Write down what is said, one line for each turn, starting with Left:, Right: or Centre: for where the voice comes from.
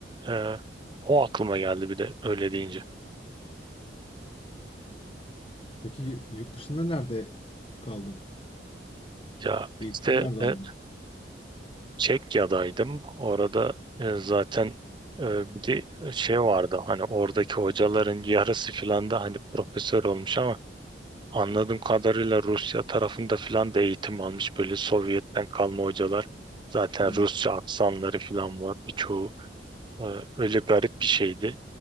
Right: Ee, o aklıma geldi bir de öyle deyince.
Left: Peki y- yurt dışında nerede kaldın?
Right: Ya
Left: Eğitimi
Right: işte
Left: nerede
Right: e,
Left: aldın?
Right: Çekya'daydım. Orada e, zaten e, bir de şey vardı hani oradaki hocaların yarısı filan da hani profesör olmuş ama anladığım kadarıyla Rusya tarafında filan da eğitim almış böyle Sovyet'ten kalma hocalar. Zaten
Left: Hı.
Right: Rusça aksanları filan var birçoğu. E, öyle garip bir şeydi